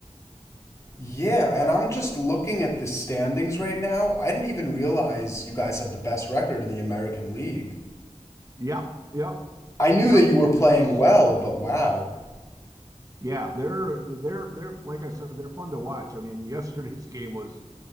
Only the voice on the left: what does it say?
Yeah, and I'm just looking at the standings right now. I didn't even realize you guys have the best record in the American League.
I knew
that you were playing
well, but wow.